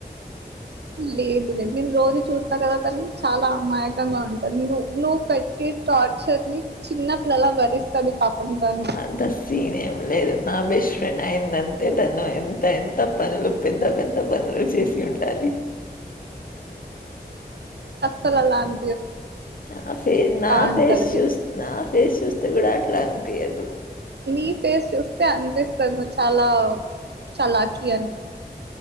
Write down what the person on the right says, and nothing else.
లేదు లేదు నేను రోజు చూస్తా కదా తను చాలా అమాయకంగా ఉంటుంది నువ్వు నువ్వు పెట్టి టార్చ చెర్రీ చిన్న పిల్లలా భరిస్తది పాపంతను
పిల్లలన్
ఉంటది
మీ పేస్ చూస్తే అనిపిస్తుంది నువ్ చాలా చాలకీ అని